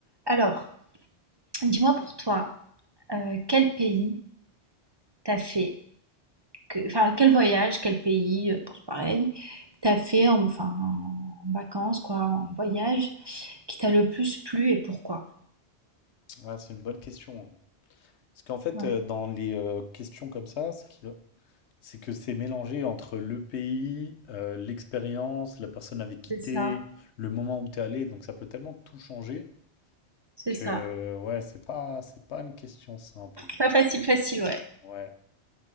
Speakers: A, on the right; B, on the left.
A: Alors, dis-moi pour toi, euh, quel pays t'as fait, que- enfin quel voyage, quel pays, euh, bon, c'est pareil, t'as fait en- enfin en vacances quoi, en voyage, qui t'a le plus plu et pourquoi?
B: Ah, c'est une bonne question. hein. Parce qu'en fait,
A: Ouais,
B: euh, dans les euh, questions comme ça, ce qui- c'est que c'est mélangé entre le pays, euh, l'expérience, la personne avec qui
A: c'est
B: t'es,
A: ça,
B: le moment où t'es allé. Donc ça peut tellement tout changer
A: c'est
B: que
A: ça.
B: ouais, c'est pas, c'est pas une question simple.
A: Pas facile, facile, ouais.
B: Ouais.